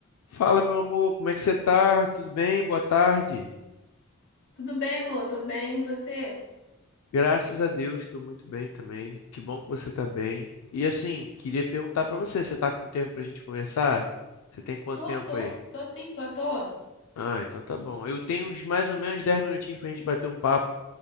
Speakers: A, on the left; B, on the left.
A: Fala, meu amor, como é que você tá? Tudo bem? Boa tarde.
B: Tudo bem, amor? Tô bem, e você?
A: Graças a Deus, estou muito bem também. Que bom que você tá bem. E assim, queria perguntar pra você, você tá com tempo pra gente conversar? Você tem quanto
B: Tô,
A: tempo
B: tô,
A: aí?
B: tô sim, tô à toa.
A: Ah, então tá bom. Eu tenho uns mais ou menos 10 minutinhos pra gente bater um papo,